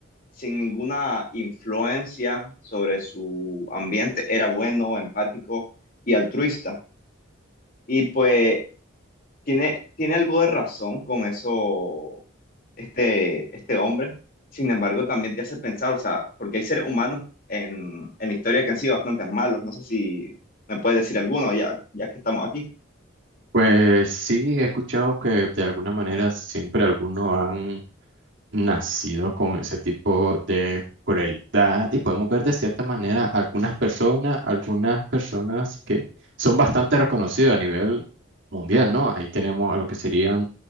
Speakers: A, on the left; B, on the right.
A: sin ninguna influencia sobre su ambiente, era bueno, empático y altruista. Y pues tiene, tiene algo de razón con eso este, este hombre. Sin embargo, también te hace pensar, o sea, porque hay seres humanos en, en la historia que han sido bastante malos. No sé si me puedes decir alguno ya, ya que estamos aquí.
B: Pues sí, he escuchado que de alguna manera siempre algunos han nacido con ese tipo de crueldad y podemos ver de cierta manera algunas personas, algunas personas que son bastante reconocidas a nivel mundial, ¿no? Ahí tenemos a lo que serían